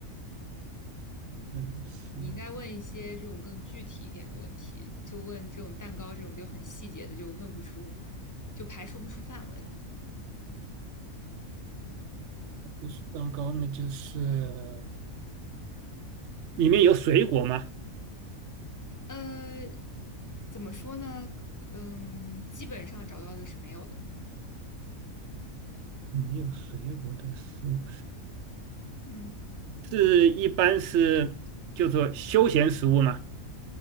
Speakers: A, on the right (about 60°); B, on the left (about 15°).
A: 这种是
B: 你应该问一些这种更具体一点的问题，就问这种蛋糕这种就很细节的，就问不出，就排除不出范围来。
A: 不是蛋糕？那就是里面有水果吗？
B: 呃，怎么说呢？嗯，基本上找到的是没有的。
A: 没有水果的食物，
B: 嗯，
A: 是一般是就说休闲食物嘛，